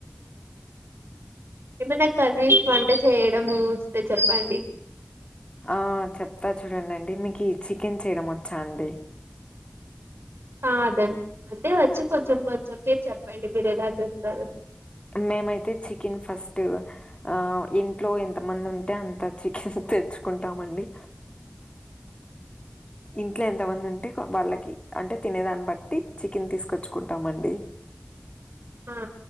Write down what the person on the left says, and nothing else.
ఆ చెప్తా చూడండిండి మీకు చికెన్ చేయడం వచ్చా అండి
మేమైతే చికెన్ ఫస్ట్ ఆ ఇంట్లో ఎంతమంది ఉంటే అంత చికెన్ తెచ్చుకుంటామండి ఇంట్లో ఎంత మంది ఉంటే వాళ్ళకి అంటే తినేదాన్ని బట్టి చికెన్ తీసుకొచ్చుకుంటామ అండి